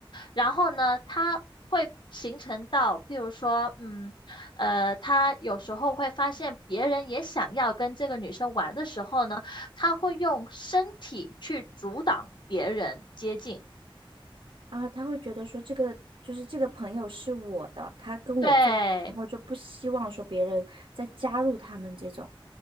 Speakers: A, on the left; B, on the right.
A: 然后呢，她会形成到，譬如说，嗯，呃，她有时候会发现别人也想要跟这个女生玩的时候呢，她会用身体去阻挡别人接近。
B: 然后他会觉得说这个就是这个朋友是我的，他跟我最好，
A: 对，
B: 然后就不希望说别人再加入他们这种。